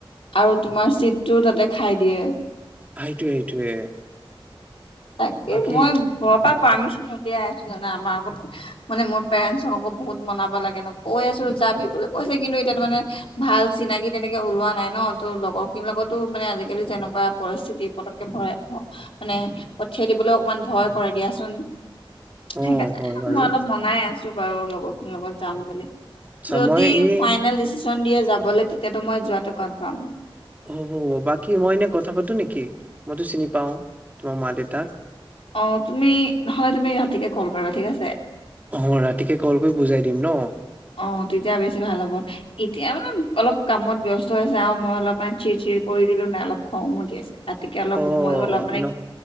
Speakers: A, on the left (about 85°); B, on the right (about 15°).
A: আৰু তোমাৰ চিটটো তাতে খাই দিয়ে।
B: সেইটোয়ে, সেইটোয়ে।
A: তাকে
B: বাকী
A: মই ঘৰৰ পৰা পাৰ্মিশন উলিয়াই আছো জানা, আমাৰ আক' মানে মোৰ পেৰেণ্টছক আকৌ বহুত মনাব লাগে ন, কৈ আছোঁ যাবি বুলি কৈছে। কিন্তু এতিয়া মানে ভাল চিনাকি তেনেকুৱা ওলোৱা নাই ন, ত' লগৰ লগতো আজিকালি যেনেকুৱা পৰিস্থিতি পতককে ভৰা মানে পঠিয়াই দিবলৈ অকমান ভয় কৰে দিয়াচোন। সেইকাৰণে
B: অ হয় বাৰু
A: মই অলপ মনাই আছো বাৰু লগৰখিনিৰ লগত যাম বুলি।
B: আচ্ছা
A: যদি
B: মই এনে
A: ফাইনেল ডিচিশ্যন দিয়ে যাবলে, মই যোৱাটো কনফ্ৰাম।
B: হ'ব, হ'ব। বাকী মই এনেই কথা পাতো নেকি? মইতো চিনি পাওঁ তোমাৰ মা দেউতাক।
A: অ' তুমি নহ'লে তুমি ৰাতিকে কল কৰিবা ঠিক আছে।
B: হ'ব ৰাতিকে কল কৰি বুজাই দিম ন।
A: অ' তেতিয়া বেছি ভাল হ'ব, এতিয়া মানে কামত ব্যস্ত হৈছে। মই অলপ মান চিৰ চিৰ কৰি দিলো, নাই অলপ খং উঠি আছে। ৰাতিকে অলপ
B: অ
A: মইও অলপ মানে
B: ন